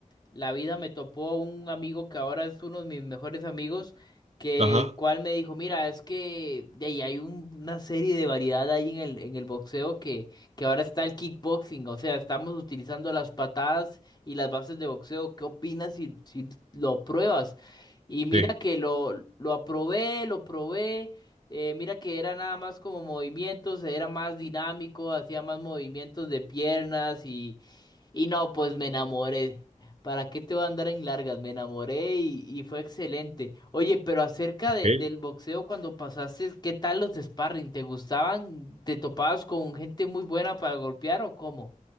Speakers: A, on the left; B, on the right.
A: la vida me topó un amigo que ahora es uno de mis mejores amigos, que
B: Ajá,
A: el cual me dijo, mira, es que de ahí hay un- una serie de variedad ahí en el, en el boxeo que, que ahora está el kickboxing, o sea, estamos utilizando las patadas y las bases de boxeo, ¿qué opinas si, si lo pruebas? Y mira
B: sí.
A: que lo, lo aprobé, lo probé. eh, mira que era nada más como movimientos, era más dinámico, hacía más movimientos de piernas y, y no, pues me enamoré. ¿Para qué te voy a andar en largas? Me enamoré y, y fue excelente. Oye, pero acerca
B: Ok.
A: de- del boxeo cuando pasaste, ¿qué tal los sparring? ¿Te gustaban? ¿Te topabas con gente muy buena para golpear o cómo?